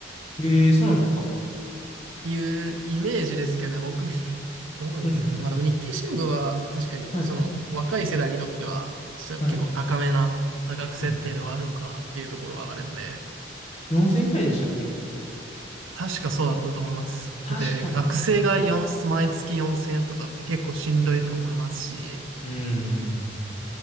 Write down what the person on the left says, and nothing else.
ええ、そうなんですか。
うんうん。
はい。はい。うん4000円くらいでしたっけ
あ、確かに。
うん、